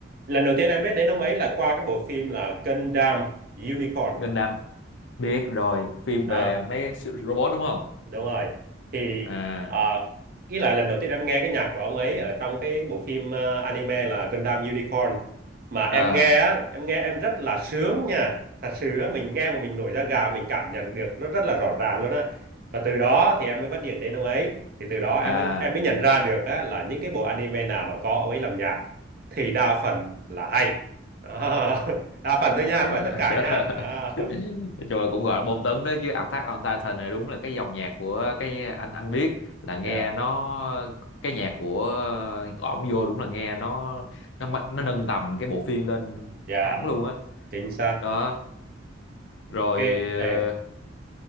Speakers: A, on the right; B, on the left.
A: lần đầu tiên em biết đến ông ấy là qua cái bộ phim là Gundam Unicorn.
B: Gundam biết rồi phim
A: Đó,
B: về mấy siêu- robot đúng không
A: đúng rồi thì
B: à
A: à, ý là lần đầu tiên em nghe cái nhạc của ông ấy ở trong cái bộ phim à, anime là Gundam Unicorn mà em
B: à,
A: nghe á, em nghe em rất là sướng nha thật sự á, mình nghe mà mình nổi da gà mình cảm nhận được nó rất là rõ ràng luôn á và từ đó thì em mới bắt điện đến ông ấy thì từ đó em
B: à.
A: mới em mới nhận ra được á, là những cái bộ anime nào mà có ông ấy làm nhạc thì đa phần là hay Đó. <laughs> đa phần
B: gọi
A: thôi nha
B: là
A: không phải tất cả
B: <laughs>
A: nha đó
B: nói chung là cũng gọi là bom tấn đó chứ Attack on Titan này đúng là cái dòng nhạc của cái anh anh biết là nghe
A: dạ
B: nó cái nhạc của ổng vô đúng là nghe nó nó ma- nó nâng tầm cái bộ phim lên
A: dạ
B: hẳn luôn á
A: chính xác
B: đó. rồi
A: cái
B: ờ,
A: ê,